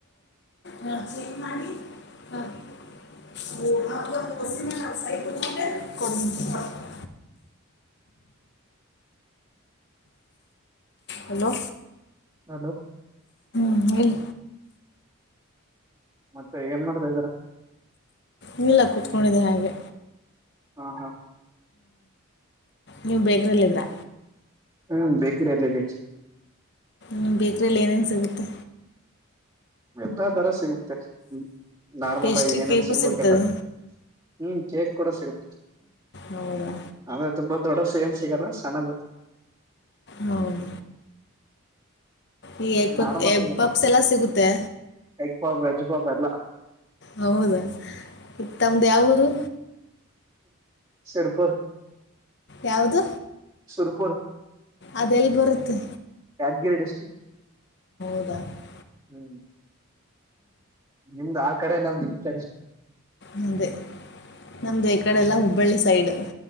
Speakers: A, on the left; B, on the right.
A: ರರ್ಜ ಮಾಡಿ ಹ <unintelligible> ಸ ಬ <unintelligible> ಕೊಡುಂ ಹಲೋ
B: ಹಲೋ
A: ಹ್ಮ ಹೇಳಿ
B: ಮತ್ತೆ ಏನ್ ಮಾಡತ ಇದಿರಾ
A: ಏನ್ ಇಲ್ಲ ಕುೂತ್ಕೊಂಡಿದೆೆ ಹಾಗೆ
B: ಹಾ ಹಾ
A: ನೀವ್ ಬೇಕ್ರಿಲ್ಲಿದ್ರಾ
B: ಹ್ಮ್ ಬೇಕ್ರಿ ಅಲ್ಲಿದಿನಿ
A: ನಿಮ್ಮ ಬೇಕ್ರಿಯಲ್ಲಿ ಏನೇನು ಸಿಗುತ್ತೆ
B: ಎಲ್ಲಾ ತರ ಸಿಗುತ್ತೆ ನಾರ್ಮಲ್
A: ಪೇಸ್ಟ್ರಿ
B: ಆಗಿ ಏನೇನ್
A: ಕೇಕು
B: ಸಿಗ್ಬೇಕೆಲ್ಲ
A: ಸಿಗ್ತದೆ
B: ಹ್ಮ್ ಕೇಕ್ ಕೂಡ ಸಿಗುತ್ತೆ
A: ಹೌದಾ
B: ಅದೇ ತುಂಬಾ ದೊಡ್ಡ ಸೇನ್ ಸಿಗಲ್ಲ ಸಣ್ಣದ
A: ಹೌದ ಈ ಎಗ್ ಪಕ್
B: ನಾರ್ಮಲ್
A: ಎಗ್
B: ಇಲ್ಲ
A: ಪಪ್ಸ್ ಎಲ್ಲ ಸಿಗುತ್ತೆ.
B: ಎಗ್ ಪಪ್ ವೆಜ್ ಪಪ್ ಎಲ್ಲ.
A: ಹೌದ ತಮ್ದ ಯಾವರು.
B: ಸಿರ್ಪುರ್.
A: ಯಾವದು.
B: ಸುರಪುರ್
A: ಅದೆಲ್ ಬರತ್ತೆ.
B: ಯಾದ್ಗಿರೀ ಡಿಸ್ಟ್ರಿಕ್.
A: <inaudible>
B: ಹ್ಮ. ನಿಮ್ದ ಆ ಕಡೆ ನಮ್ದ ಈ ಕಡೆ
A: ಮುಂದೆ ನಮ್ದ ಈ ಕಡೆ ಎಲ್ಲಾ ಹುಬ್ಬಳ್ಳಿ ಸೈಡ್.